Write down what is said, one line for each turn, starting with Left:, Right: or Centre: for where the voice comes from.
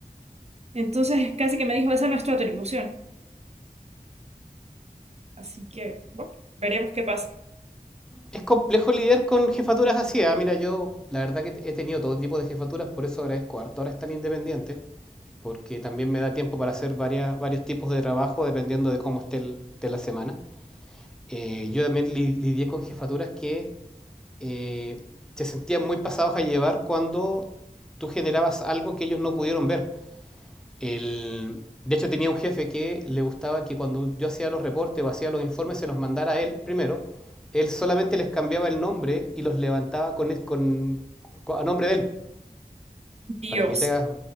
Right: Entonces, casi que me dijo, esa no es tu atribución. Así que, bueno, veremos qué pasa.
Centre: Es complejo lidiar con jefaturas así. ah, Mira, yo la verdad que he tenido todo tipo de jefaturas, por eso agradezco harto ahora estar independiente, porque también me da tiempo para hacer varias, varios tipos de trabajo dependiendo de cómo esté el- de la semana. Eh, yo también li- lidié con jefaturas que eh, se sentían muy pasados a llevar cuando tú generabas algo que ellos no pudieron ver. El- de hecho, tenía un jefe que le gustaba que cuando yo hacía los reportes o hacía los informes se los mandara a él primero. Él solamente les cambiaba el nombre y los levantaba con, con- con- a nombre de él,
Right: Dios.
Centre: para que te hagas,